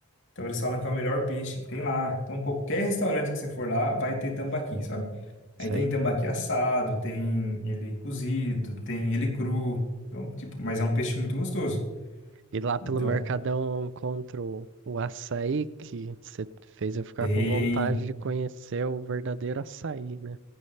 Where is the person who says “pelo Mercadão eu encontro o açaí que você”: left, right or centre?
Right